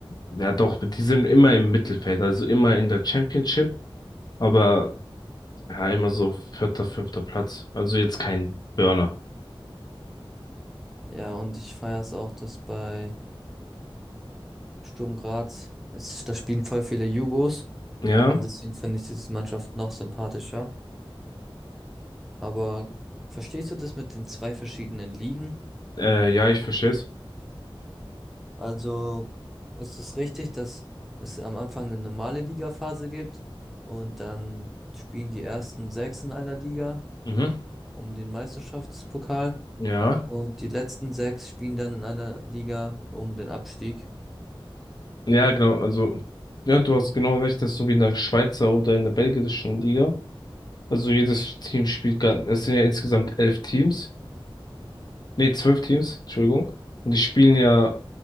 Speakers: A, on the left (about 45°); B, in the centre.
A: Ja, doch, die sind immer im Mittelfeld, also immer in der Championship, aber ja, immer so vierter, fünfter Platz. Also jetzt kein Burner.
B: Ja, und ich feiere es auch, dass bei Sturm Graz, es, da spielen voll viele Jugos
A: Ja,
B: und deswegen finde ich diese Mannschaft noch sympathischer. Aber verstehst du das mit den zwei verschiedenen Ligen?
A: äh, ja, ich verstehe es.
B: Also ist es richtig, dass es am Anfang eine normale Ligaphase gibt und dann spielen die ersten sechs in einer Liga
A: Mhm.
B: um den Meisterschaftspokal
A: Ja,
B: und die letzten sechs spielen dann in einer Liga um den Abstieg.
A: ja, genau. Also, ja, du hast genau recht, das ist so wie in der Schweizer oder in der belgischen Liga. Also jedes Team spielt, gar- es sind ja insgesamt elf Teams, nee, zwölf Teams, Entschuldigung. Und die spielen ja